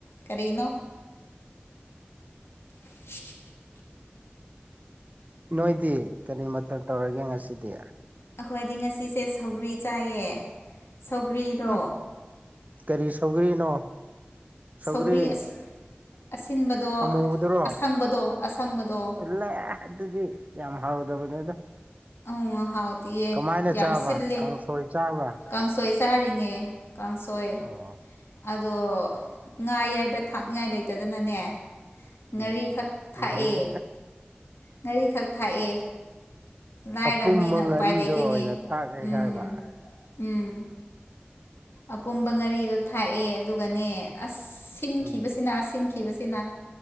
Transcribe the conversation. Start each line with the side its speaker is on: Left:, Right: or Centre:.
Left: ꯀꯔꯤꯅꯣ <unintelligible>
Right: ꯅꯣꯏꯗꯤ ꯀꯔꯤ ꯃꯊꯦꯜ ꯇꯧꯔꯒꯦ ꯉꯁꯤꯗꯤ
Left: ꯑꯩꯈꯣꯏꯗꯤ ꯉꯁꯤꯁꯦ ꯁꯧꯒ꯭ꯔꯤ ꯆꯥꯏꯌꯦ ꯁꯧꯒ꯭ꯔꯤꯗꯣ
Right: ꯎꯝ ꯀꯔꯤ ꯁꯧꯒ꯭ꯔꯤꯅꯣ ꯁꯧꯒ꯭ꯔꯤ
Left: ꯁꯧꯔꯤ ꯑꯁꯤ ꯑꯁꯤꯟꯕꯗꯣ
Right: ꯑꯃꯨꯕꯗꯨꯔꯣ
Left: ꯑꯁꯪꯕꯗꯣ ꯑꯁꯪꯕꯗꯣ
Right: ꯂꯦ ꯑꯗꯨꯗꯤ ꯌꯥꯝ ꯍꯥꯎꯗꯕꯅꯦꯗꯣ
Left: ꯑꯪ ꯍꯥꯎꯇꯤꯌꯦ
Right: ꯀꯃꯥꯏꯅ
Left: ꯌꯥꯝ
Right: ꯆꯥꯕ
Left: ꯁꯤꯜꯂꯦ
Right: ꯀꯥꯡꯁꯣꯏ ꯆꯥꯕ
Left: ꯀꯥꯡꯁꯣꯏ ꯆꯥꯔꯤꯅꯦ ꯀꯥꯡꯁꯣꯏ
Right: ꯑꯣ
Left: ꯑꯗꯣ ꯉꯥ ꯌꯥꯏꯕ ꯊꯥꯛꯅꯤꯉꯥꯏ ꯂꯩꯇꯗꯅꯅꯦ ꯉꯥꯔꯤꯈꯛ
Right: ꯎꯝ
Left: ꯊꯥꯛꯑꯦ
Right: ꯉꯥꯔꯤ
Left: ꯉꯥꯔꯤꯈꯛ ꯊꯥꯛꯑꯦ ꯂꯥꯏꯔꯕꯅꯤꯅ
Right: ꯑꯄꯨꯝꯕ ꯉꯥꯔꯤꯗꯣ
Left: ꯎꯄꯥꯏ ꯂꯩꯇꯦꯅꯦ
Right: ꯑꯣꯏꯅ ꯊꯥꯛꯑꯦ
Left: ꯎꯝ
Right: ꯍꯥꯏꯕ
Left: ꯎꯝ ꯑꯄꯨꯝꯝꯕ ꯉꯥꯔꯤꯗꯣ ꯊꯥꯛꯑꯦ ꯑꯗꯨꯒꯅꯦ ꯑꯁ ꯇꯤꯟꯈꯤꯕꯁꯤꯅ
Right: ꯎꯝ
Left: ꯁꯤꯟꯈꯤꯕꯁꯤꯅ